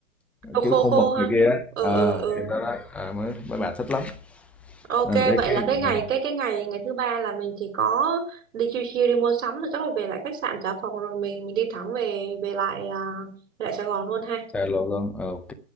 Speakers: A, on the right; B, in the centre.
A: Đồ khô
B: kiểu khô
A: khô
B: mực
A: ha
B: này kia á.
A: ừ
B: Ờ,
A: ừ ừ
B: thì đó đó, ờ, mấy mấy bà thích lắm.
A: ok
B: Ờ, thế
A: vậy
B: cái
A: là cái ngày
B: ờ,
A: cái cái ngày ngày thứ ba là mình chỉ có đi chiêu chiêu đi mua sắm rồi chắc là về lại khách sạn trả phòng rồi mình mình đi thẳng về về lại à, về lại Sài Gòn luôn ha
B: xài lộ luôn. Ờ, ok.